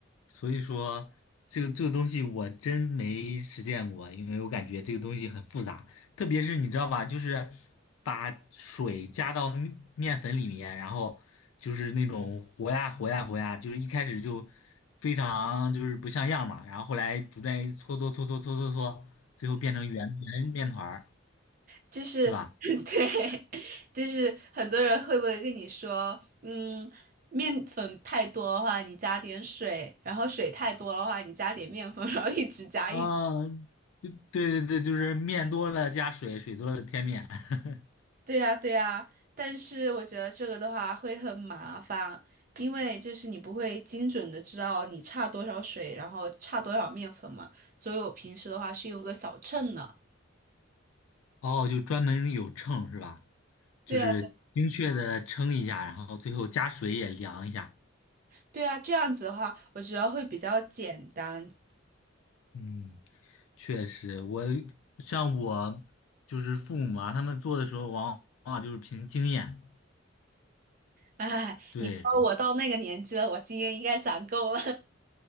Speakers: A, on the left; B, on the right.
A: 所以说这个这个东西我真没实践过，因为我感觉这个东西很复杂，特别是你知道吧，就是把水加到面面粉里面，然后就是那种和呀和呀和呀，就是一开始就非常就是不像样嘛，然后后来逐渐搓搓搓搓搓搓搓，最后变成圆圆面团儿，
B: 就是
A: 是吧？
B: <laughs> 对，就是很多人会不会跟你说，嗯，面粉太多的话，你加点水；然后水太多的话，你加点面粉，<laughs> 然后一直加一直
A: 啊，对对对对，就是面多了加水，水多了添面，<laughs>
B: 对呀，对呀。但是我觉得这个的话会很麻烦，因为就是你不会精准的知道你差多少水，然后差多少面粉嘛。所以我平时的话是用个小秤的。
A: 哦，就专门有秤是吧？就是精确的称一下，
B: 对啊，
A: 然后最后加水也量一下。
B: 对啊，这样子的话，我觉得会比较简单。
A: 嗯，确实，我像我就是父母啊，他们做的时候往往往就是凭经验，
B: 哎，
A: 对，
B: 你说我到那个年纪了，我经验应该攒够了。